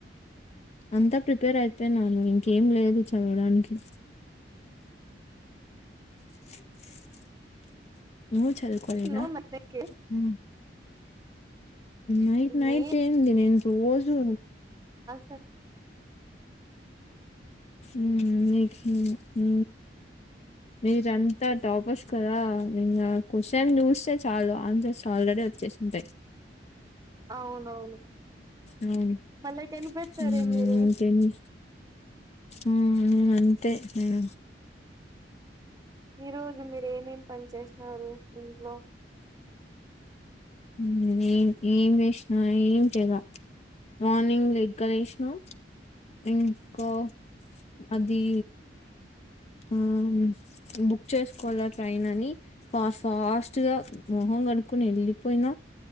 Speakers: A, on the left; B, on the right.
A: అంత ప్రిపేర్ అయిపోయ్ నువ్ ఇంకేం లేదు చదవడానికి. <inaudible> నువ్ ఛదువుకోలేదా
B: నో నాకే
A: హు నైట్ నైట్
B: నేను
A: యేంది నేన్‌ రోజు
B: పర్
A: ఉ నీకి ఉ మీరంత టాపర్స్ కదా నిన్న ఆ క్వషన్ చూస్తే చాలు ఆన్సర్స్ ఆల్రెడి వచ్చేసుంటాయ్
B: అవునవును
A: అవును
B: భలే కనిపెడతారే
A: ఉ
B: మీరు
A: ఇంకేమి ఆ ఆ అంతే నేనా
B: ఈ రోజు మీరు ఏమేమ్ పని చేసినరు ఇంట్లో
A: ఉ నేన్ ఏమ్ ఏమ్ చేసిన ఏమ్ చేయలా మార్నింగ్ లేట్ గా లేసినా ఇంకా అది ఆ హుమ్ బుక్ చేస్కోవాలా ట్రైన్ అని ఫాస్ట్ ఫాస్ట్ గ మొహు మొహం కడుక్కొనే వెళ్ళిపోయిన